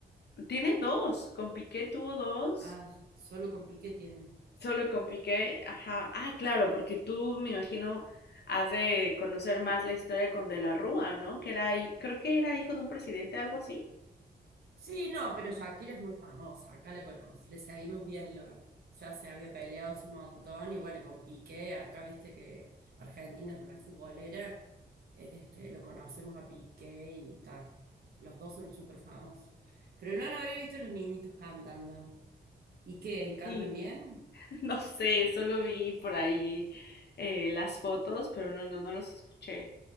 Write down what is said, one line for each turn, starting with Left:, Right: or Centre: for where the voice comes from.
Left: Tiene dos, con Piqué tuvo dos,
Right: Ah, solo con Piqué tiene.
Left: solo con Piqué, ajá. Ah, claro, porque tú me imagino has de conocer más la historia con De la Rúa, ¿no? Que era, hi- creo que era hijo de un presidente, algo así.
Right: Sí, no, pero Shakira es muy famosa, acá la conoce, le seguimos bien, lo- ya se había peleado hace un montón y bueno, con Piqué, acá viste que Argentina es re futbolera, este, lo conocemos a Piqué y tal, los dos son súper famosos. Pero no, no había visto a los niñitos cantando. ¿Y qué? ¿Y cantan
Left: Sí,
Right: bien?
Left: <laughs> No sé, solo vi por ahí eh, las fotos, pero no, no, no los escuché.